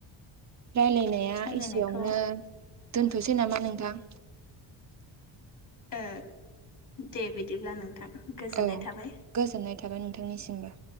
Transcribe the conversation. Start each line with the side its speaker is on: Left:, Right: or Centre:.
Right: रायलायनाया
Left: सावरायनायखौ
Right: एसेयावनो दोनथ'सै नामा नोंथां
Left: ओ दे बिदिब्ला नोंथां गोजोननाय
Right: औ
Left: थाबाय
Right: गोजोननाय थाबाय नोंथांनिसिमबो